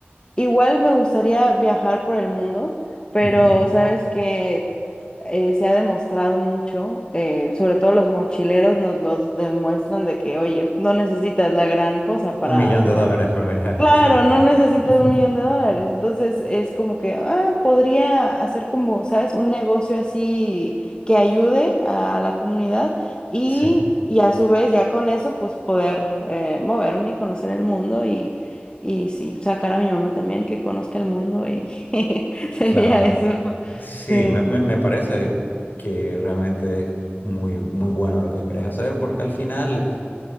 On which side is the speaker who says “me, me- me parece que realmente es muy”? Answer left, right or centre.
Left